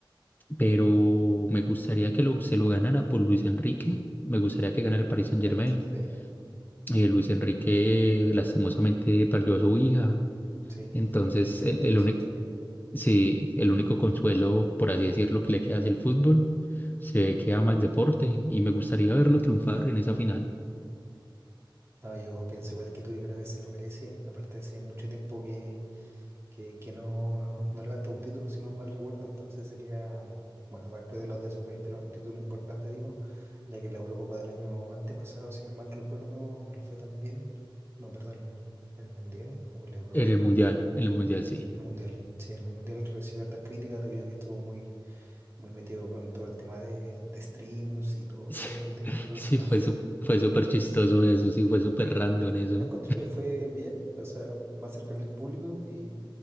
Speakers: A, on the left; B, on the right.
A: Pero me gustaría que lo, se lo ganara por Luis Enrique. Me gustaría que ganara el Paris
B: perfecto.
A: Saint-Germain.
B: Sí.
A: Eh, Luis Enrique lastimosamente perdió a su hija.
B: Sí,
A: Entonces
B: sí, qué
A: el,
B: lástima
A: el
B: esa
A: único,
B: historia.
A: sí, el único consuelo, por así decirlo, que le queda es el fútbol. Se ve que ama el deporte y me gustaría verlo triunfar en esa final.
B: No, yo pienso igual que tú, yo creo que se lo merece. Aparte, hace mucho tiempo que, que, que no, no levanta un título, si no mal recuerdo. Entonces sería, bueno, aparte de los de su país, pero un título importante, digo, ya que la Eurocopa del año antepasado, si no mal recuerdo, no le fue tan bien. No, perdón, en el Mundial o en la Eurocopa.
A: En el mundial, en el mundial sí.
B: En el Mundial, sí, en el Mundial recibió hartas críticas debido a que estuvo muy, muy metido con todo el tema de, de streams y todo,
A: <laughs> Sí,
B: y todo lo que tiene que ver relacionado.
A: sí, fue, su- fue súper chistoso eso, sí, fue súper random eso.
B: Yo encontré que fue bien, o sea, más cercano al público y,